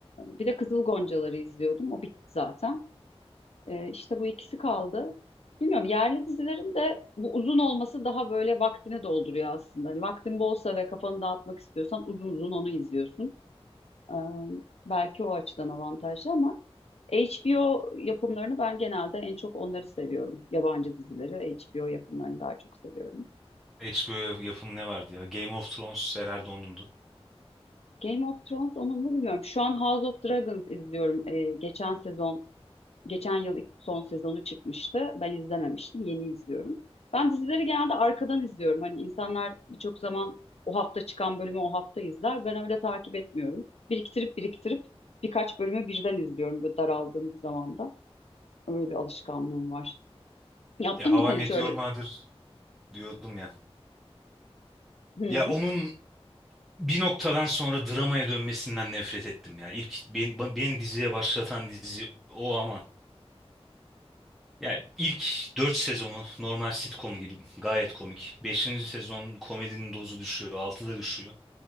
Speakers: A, on the left (about 75°); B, in the centre.
A: bir de Kızıl Goncaları izliyordum. O bitti zaten. Ee, işte bu ikisi kaldı. Bilmiyorum yerli dizilerin de bu uzun olması daha böyle vaktini dolduruyor aslında. Hani vaktin bolsa ve kafanı dağıtmak istiyorsan uzun uzun onu izliyorsun. Ee, belki o açıdan avantajlı ama HBO yapımlarını ben genelde en çok onları seviyorum. Yabancı dizileri, HBO yapımlarını daha çok seviyorum.
B: HBO yapımı ne vardı ya? Game of Thrones Sera Erdon'undu.
A: Game of Thrones onun mu bilmiyorum. Şu an House of Dragons izliyorum. Ee, geçen sezon, geçen yıl ilk son sezonu çıkmıştı. Ben izlememiştim, yeni izliyorum. Ben dizileri genelde arkadan izliyorum. Hani insanlar birçok zaman o hafta çıkan bölümü o hafta izler. Ben öyle takip etmiyorum. Biriktirip biriktirip birkaç bölümü birden izliyorum böyle daraldığım bir zamanda. Öyle bir alışkanlığım var. Yaptın
B: Ya How
A: mı sen
B: I Met
A: hiç öyle?
B: Your Mother diyordum ya.
A: Hı.
B: Ya onun bir noktadan sonra dramaya dönmesinden nefret ettim ya. İlk ben- beni, diziye başlatan dizi o ama. Yani ilk 4 sezonu normal sitcom gibi gayet komik. beşinci sezon komedinin dozu düşüyor, 6'da düşüyor.